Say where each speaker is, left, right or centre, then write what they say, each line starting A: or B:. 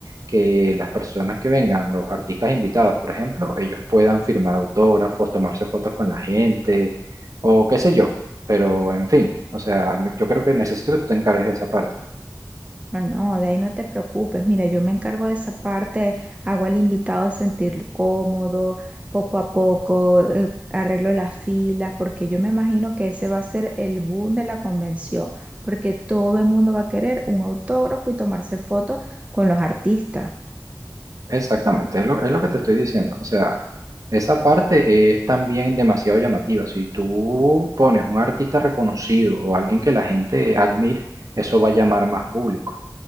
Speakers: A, on the right; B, on the right.
A: que las personas que vengan, los artistas invitados, por ejemplo, ellos puedan firmar autógrafos, tomarse fotos con la gente o qué sé yo. Pero en fin, o sea, me- yo creo que necesito que tú te encargues de esa parte.
B: No, no, de ahí no te preocupes. Mira, yo me encargo de esa parte, hago al invitado sentirlo cómodo, poco a poco, eh, arreglo las filas, porque yo me imagino que ese va a ser el boom de la convención, porque todo el mundo va a querer un autógrafo y tomarse fotos con los artistas.
A: Exactamente, es lo, es lo que te estoy diciendo. O sea, esa parte es también demasiado llamativa. Si tú pones un artista reconocido o alguien que la gente admire, eso va a llamar más público.